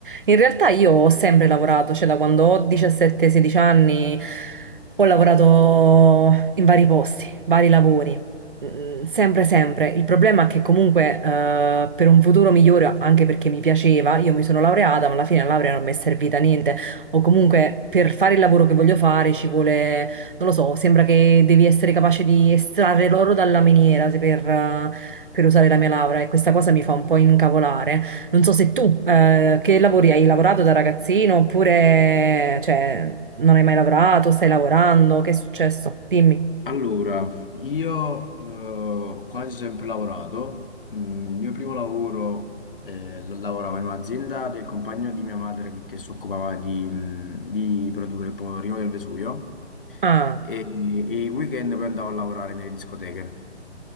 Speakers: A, on the right; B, on the left.
A: In realtà io ho sempre lavorato, cioè da quando ho 17-16 anni ho lavorato in vari posti, vari lavori, Mm, sempre, sempre. Il problema è che comunque eh, per un futuro migliore, anche perché mi piaceva, io mi sono laureata, ma alla fine la laurea non mi è servita a niente. O comunque per fare il lavoro che voglio fare ci vuole, non lo so, sembra che devi essere capace di estrarre l'oro dalla miniera se per eh, per usare la mia laurea e questa cosa mi fa un po' incavolare. Non so se tu eh, che lavori hai lavorato da ragazzino oppure cioè, non hai mai lavorato, stai lavorando, che è successo? Dimmi.
B: Allora, io eh, ho quasi sempre lavorato. Mm, il mio primo lavoro eh, l- lavoravo in un'azienda del compagno di mia madre che, che si occupava di, mm, di produrre il pomodorino del Vesuvio
A: Ah,
B: e, e i weekend poi andavo a lavorare nelle discoteche.